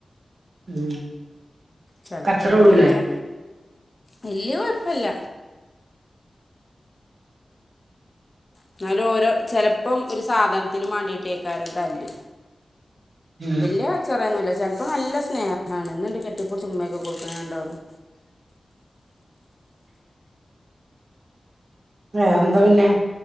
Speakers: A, on the right; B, on the left.
A: ഉം
B: ചെലപ്പ
A: കച്ചറ
B: അങ്ങനെക്ക
A: ഓടൂലേ
B: വല്ല്യ കൊഴപ്പില്ല എന്നാലും ഓരോ ചെലപ്പം ഒരു സാധനത്തിനും മാണ്ടിട്ടയ്ക്കാരം തല്ല്
A: ഉം.
B: വല്ല്യ കച്ചറേന്നുല്ല്യ ചെ ചെൽപ്പം നല്ല സ്നേഹാണ് ഇന്ന്ണ്ട് കെട്ടിപിടിച്ച് ഉമ്മൊക്കെ കൊട്ക്ക്ണു രണ്ടാളും
A: വേറെന്താ പിന്നെ